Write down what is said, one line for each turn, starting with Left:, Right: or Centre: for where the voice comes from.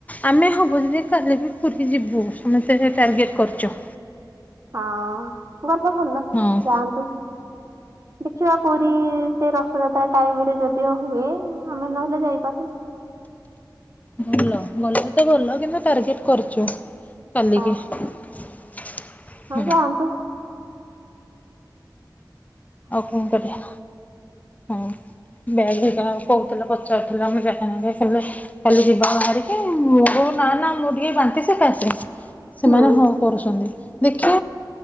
Left: ଆମେ ହବ ଯଦି କାଲି ବି ପୁରୀ ଯିବୁ ସମସ୍ତେ ଟାର୍ଗେଟ କରିଚୁ।
Right: ହଁ ଗଲେ ଭଲ
Left: ହଁ
Right: ଯାଆନ୍ତୁ। ଦେଖିବା ପୁରୀ ସେ ରଥଯାତ୍ରା ଟାଇମ ରେ ଯଦିଓ ହୁଏ ଆମେ ନହେଲେ ଯାଇପାରୁ।
Left: ଭଲ ଗଲେ ତ ଭଲ କିନ୍ତୁ ଟାର୍ଗେଟ କରିଛୁ। କାଲିକି
Right: ହଁ
Left: ହୁଁ।
Right: ହଁ ଯାଆନ୍ତୁ
Left: ଆଉ କଣ କରିବା ହୁଁ। ବ୍ୟାଗ୍ <unintelligible> କହୁଥିଲା ପଚାରୁଥିଲା ଆମ <unintelligible> କାଲି ଯିବା ବାହାରିକି ମୋର ନା ନା ମୁଁ ଟିକେ ବାନ୍ତି ସେକାସେ ସେମାନେ
Right: ହୁଁ
Left: ହଁ କରୁଛନ୍ତି। ଦେଖିଆ